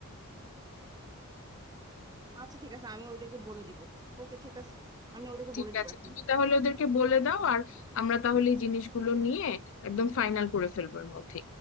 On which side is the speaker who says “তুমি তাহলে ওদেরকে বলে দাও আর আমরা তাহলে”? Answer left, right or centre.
Left